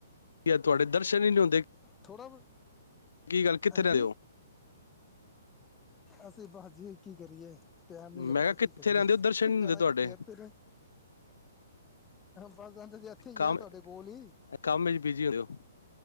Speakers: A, on the left (about 75°); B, on the left (about 15°).
A: ਤੁਹਾਡੇ ਦਰਸ਼ਨ ਹੀ ਨਹੀਂ ਹੁੰਦੇ।
B: ਥੋੜ੍ਹਾ,
A: ਕੀ ਗੱਲ ਕਿੱਥੇ
B: ਹਾਂਜੀ
A: ਰਹਿੰਦੇ ਹੋ
B: ਅਸੀਂ ਬਸ ਜੀ ਕੀ ਕਰੀਏ। ਟੈਮ ਨੀ ਲੱਗਦਾ
A: ਮੈਂ ਕਿਹਾ
B: ਕੀ
A: ਕਿੱਥੇ
B: ਕਰੀਏ।
A: ਰਹਿੰਦੇ ਹੋ ਦਰਸ਼ਨ ਨੀ ਹੁੰਦੇ
B: ਜਾਣਾ
A: ਤੁਹਾਡੇ
B: ਕਿੱਥੇ, ਇਥੇ ਨੇ ਬੱਸ ਅੰਕਲ ਜੀ ਇਥੇ
A: ਕੰਮ
B: ਆ ਤੁਹਾਡੇ ਕੋਲ ਹੀ,
A: ਕੰਮ ਵਿੱਚ ਬਿਜੀ ਹੁੰਦੇ ਹੋ